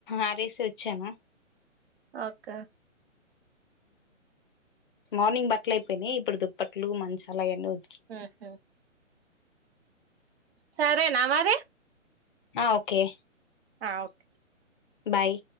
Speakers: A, on the left; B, on the right.
A: ఆరేసి వచ్చాను.
B: ఓకే
A: మార్నింగ్ బట్టల అయిపోయినాయి. ఇప్పుడు దుప్పట్లు, మంచాల అయన్నీ వ
B: ఆహ సరే నా మరి
A: ఆ ఓకే
B: ఆ ఓకే
A: బాయ్